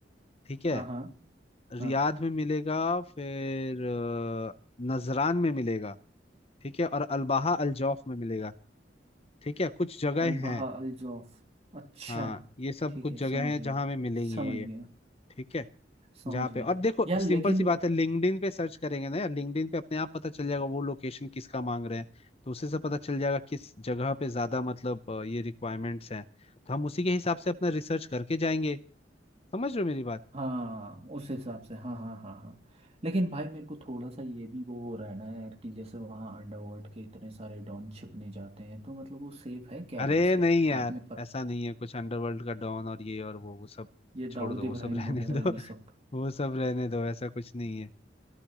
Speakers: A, on the left; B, on the right.
A: ठीक है
B: हाँ हाँ
A: रियाद
B: हाँ
A: में मिलेगा फिर अ, नजरान में मिलेगा ठीक है और अलबाहा अलजौफ में मिलेगा ठीक है कुछ जगह
B: अलबहा
A: हैं
B: अलजौफ अच्छा
A: हाँ ये सब
B: ठीक
A: कुछ
B: है
A: जगह
B: समझ
A: हैं
B: गया
A: जहाँ हमें मिलेंगी
B: समझ
A: ये
B: गया
A: ठीक है
B: समझ
A: जहाँ
B: गया
A: पे और देखो
B: यार
A: सिंपल
B: लेकिन
A: सी बात है लिंक्डइन पे सर्च करेंगे ना यार लिंक्डइन पे अपने आप पता चल जाएगा वो लोकेशन किसका मांग रहे हैं तो उसी से पता चल जाएगा किस जगह पे ज्यादा मतलब अ, ये रिक्वायरमेंट्स हैं तो हम उसी के हिसाब से अपना रिसर्च करके जाएंगे समझ रहे हो मेरी बात
B: हाँ उस हिसाब से हाँ हाँ हाँ हाँ लेकिन भाई मेरे को थोड़ा सा ये भी वो हो रहा है ना यार कि जैसे वहाँ अंडरवर्ल्ड के इतने सारे डॉन छिपने जाते हैं तो मतलब वो सेफ है क्या
A: अरे
B: वैसे
A: नहीं यार
B: आपने पत
A: ऐसा नहीं है कुछ अंडरवर्ल्ड का डॉन और ये और वो वो सब
B: ये
A: छोड़
B: दाऊद
A: दो
B: इब्राहिम
A: वो सब रहने
B: वगैरह
A: दो
B: ये
A: <laughs>
B: सब
A: वो सब रहने दो ऐसा कुछ नहीं है